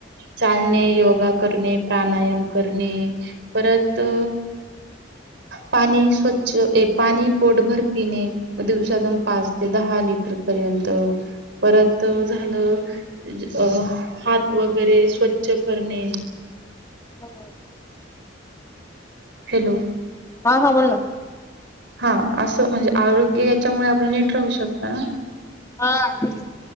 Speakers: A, on the right; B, on the left.
A: चालणे, योगा करणे, प्राणायाम करणे. परत अ पाणी स्वच्छ ये पाणी पोटभर पिणे म दिवसातून पाच ते दहा लिटर पर्यंत परत झाल अ हात वगैरे स्वच्छ करणे.
B: बरोबर.
A: हॅलो
B: हा हा बोल ना
A: हा असं म्हणजे आरोग्य याच्यामुळे आपलं नीट राहू शकता ना.
B: हा तेच